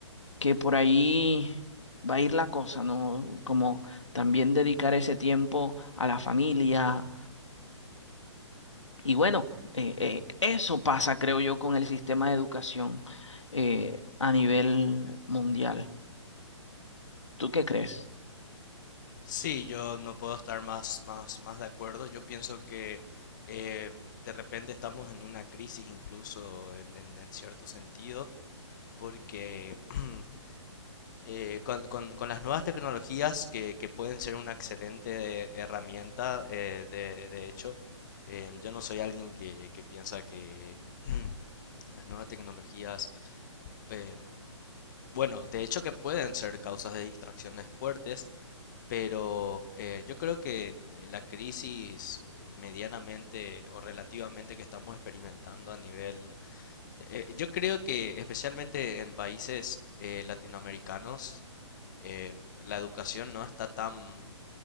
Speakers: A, on the left; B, on the left.
A: que por ahí va a ir la cosa, ¿no? Como también dedicar ese tiempo a la familia y bueno, eh, eh, eso pasa, creo yo, con el sistema de educación eh, a nivel mundial. ¿Tú qué crees?
B: Sí, yo no puedo estar más, más, más de acuerdo. Yo pienso que eh, de repente estamos en una crisis incluso en, en- en cierto sentido, porque <clears throat> eh, con, con- con las nuevas tecnologías que, que pueden ser una excelente herramienta, eh, de, de hecho, eh, yo no soy alguien que, que piensa que <clears throat> las nuevas tecnologías, eh, bueno, de hecho que pueden ser causas de distracciones fuertes pero eh, yo creo que eh, la crisis eh, medianamente o relativamente que estamos experimentando a nivel, eh, eh, yo creo que especialmente en países eh, latinoamericanos, eh, la educación no está tan,